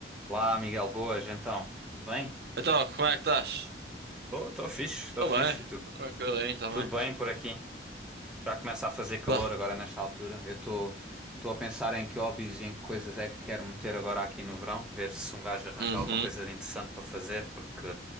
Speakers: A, in the centre; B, on the right (about 60°).
A: Olá, Miguel, boas, então, tudo bem?
B: Então, como é que estás?
A: Estou fixe, estou
B: Estou
A: fixe,
B: bem, estou
A: e tu?
B: tranquilo aí também.
A: Tudo bem por aqui? Já começa a fazer calor
B: Pá,
A: agora nesta altura. Eu estou estou a pensar em que hobbies e em que coisas é que quero meter agora aqui no verão, ver se um gajo arranja
B: uhum,
A: alguma coisa de interessante para fazer, porque